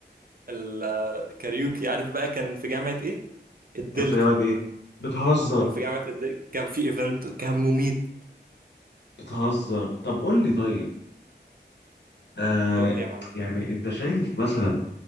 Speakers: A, on the right (about 55°); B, on the left (about 70°).
A: الكاريوكي عارف بقى كان في جامعة ايه الدلتا
B: كان في جامعة ايه بتهزر
A: كان في جامعة الدلتا كان في ايفنت كان مميت
B: بتهزر طب قول لي طيب آه
A: قول لي يا معلم
B: يعني انت شايف مثلا